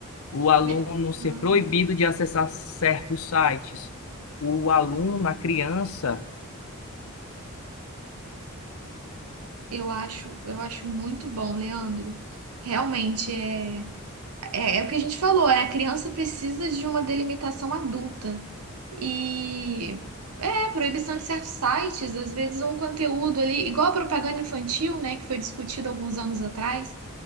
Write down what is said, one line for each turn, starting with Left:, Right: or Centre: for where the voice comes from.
Left: O aluno
Right: E-
Left: ser
Right: Uhum.
Left: proibido de acessar certos sites. O aluno, a criança,
Right: Eu acho, eu acho muito bom, Leandro. Realmente é. É, é o que a gente falou, é, a criança precisa de uma delimitação adulta. E é, proibição de certos sites, às vezes um conteúdo ali, igual a propaganda infantil, né, que foi discutida alguns anos atrás,